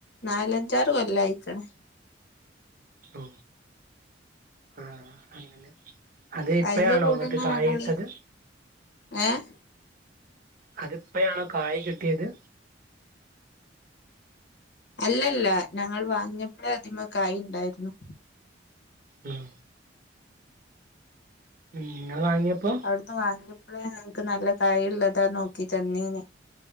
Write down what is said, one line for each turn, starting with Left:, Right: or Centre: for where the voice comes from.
Left: നാലഞ്ചാറ് കൊല്ലം ആയിക്ക്ണ്
Right: ഓ ആഹ് അങ്ങനെ അത് ഇപ്പഴാണോ
Left: അയിന്റെ കൂടെന്നെ
Right: ന്നിട്ട് കായ്
Left: ഞങ്ങള്
Right: ട്ടത്
Left: ഏഹ്
Right: അതിപ്പോയാണോ കായ് കിട്ടിയത്
Left: അല്ലല്ല ഞങ്ങൾ വാങ്ങിയപ്പോഴ അതിമ്മേ കായ് ണ്ടായിരുന്നു
Right: ഉം ഉം നിങ്ങൾ വാങ്ങിയപ്പോ
Left: അവിടുന്ന് വാങ്ങിയപ്പോഴേ ഞങ്ങൾക്ക് നല്ല കായിള്ളതാ നോക്കി തന്നീന്